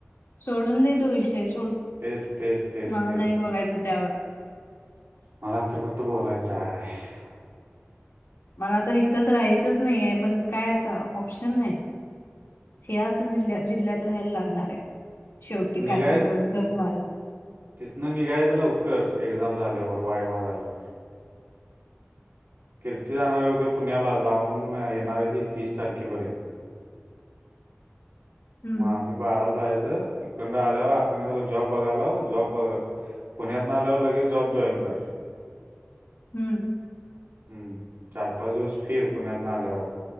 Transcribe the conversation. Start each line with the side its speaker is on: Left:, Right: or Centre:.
Left: सोडून देतो विषय सोड
Right: तेच तेच तेच
Left: मला
Right: तेच
Left: नाही बोलायचं त्यावर <unintelligible>
Right: मला तर कुठं बोलायचं आहे <unintelligible>
Left: मला तर इथंच राहायचंच नाही आहे पण काय आता ऑप्शन नाही <unintelligible> ह्याच जिल जिल्ह्यात राहायला लागणार आहे शेवटी
Right: निघायच
Left: काय पण करून जग मारत
Right: तिथनं निघायचं उवकर एक्झाम झाल्यावर वाय वा झाल्यावर <unintelligible> कीर्ती जाणार आहे उद्या पुण्याला जाऊन येणार आहे ती तीस तारखेपर्यंत.
Left: हम्म
Right: मग आम्ही बाराला जायचं तिखंड आल्यावर आखला जॉब बघायला लाव जॉब बघ. पुण्यात नाल्यावर लगेच जॉब जॉईन कर.
Left: हम्म.
Right: हम्म चार पाच दिवस फिर पुण्यात न आल्यावर.